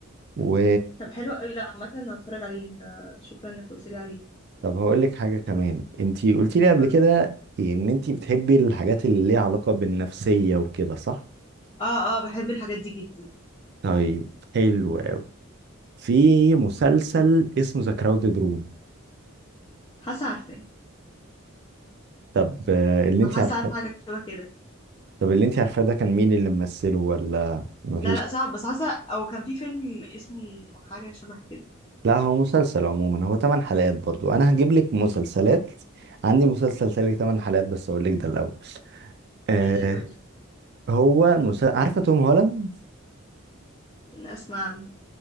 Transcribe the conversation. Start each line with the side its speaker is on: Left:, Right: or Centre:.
Right: و
Left: طب حلوة قوي لا عامة انا هتفرج عليه انت شكرا انك قلت لي عليه
Right: طب هقول لك حاجة كمان انتي قلتي لي قبل
Left: قولي.
Right: كده ان انتي بتحبي الحاجات اللي ليها علاقة بالنفسية وكده صح؟
Left: اه اه بحب الحاجات دي جدا
Right: طيب حلو أوي. في مسلسل اسمه ذا كراودد روم
Left: حاسة عارفاه
Right: طب آه، اللي انتي
Left: او حاسة
Right: عارفاه
Left: عارفة حاجة شبه كده
Right: طب اللي انتي عارفاه ده كان مين اللي ممثله ولا مفيش
Left: لا لا صعب بس حاسة او كان في فيلم اسمه حاجة شبه كده
Right: لا هو مسلسل عموما هو 8 حلقات برضو انا هجيب لك مسلسلات عندي مسلسل سالك 8 حلقات بس اقول لك ده الاول آه
Left: ماشي قولي
Right: هو المسلسل عارفه توم هولاند
Left: اسمع عنه.